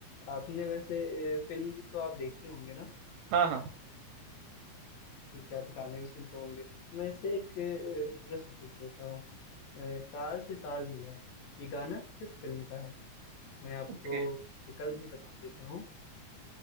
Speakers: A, on the left; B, on the right.
A: आपने वैसे अ, फिल्म तो आप देखते होंगे ना
B: हाँ हाँ
A: ठीक है आप गाने भी सुनते होंगे मैं इससे एक अ, प्रश्न पूछ लेता हूँ अ, ताल से ताल मिला ये गाना किस फिल्म का है मैं आपको
B: ओके
A: विकल्प भी बता देता हूँ